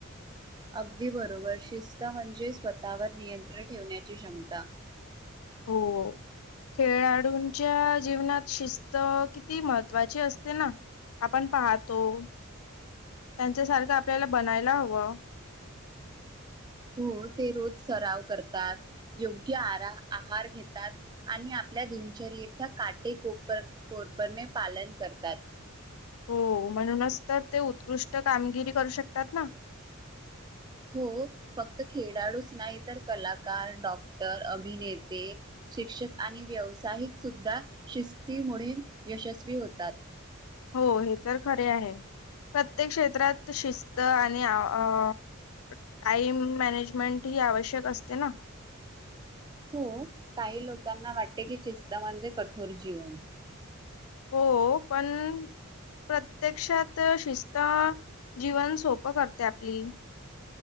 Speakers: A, on the right (about 20°); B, on the left (about 90°).
A: अगदी बरोबर, शिस्त म्हणजे स्वतःवर नियंत्रण ठेवण्याची क्षमता.
B: हो. खेळाडूंच्या जीवनात शिस्त किती महत्त्वाची असते ना? आपण पाहतो त्यांच्या सारखं आपल्याला बनायला हवं.
A: हो ते रोज सराव करतात. योग्य आरा आहार घेतात आणि आपल्या दिनचर्येचा काटेकोपर काटेकोरपने पालन करतात.
B: हो म्हणूनच तर, ते उत्कृष्ट कामगिरी करू शकतात ना.
A: हो फक्त खेडाडूच नाही तर, कलाकार, डॉक्टर, अभिनेते, शिक्षक आणि व्यावसायिक सुद्धा शिस्तीमुळे यशस्वी होतात.
B: हो, हे तर खरे आहे. प्रत्येक क्षेत्रात शिस्त आणि आ आ टाईम मॅनेजमेंट ही आवश्यक असते ना.
A: हो काही लोकांना वाटते की, शिस्त म्हणजे कठोर जीवन.
B: हो पण, प्रत्यक्षात शिस्त अ जीवन सोपं करते आपली.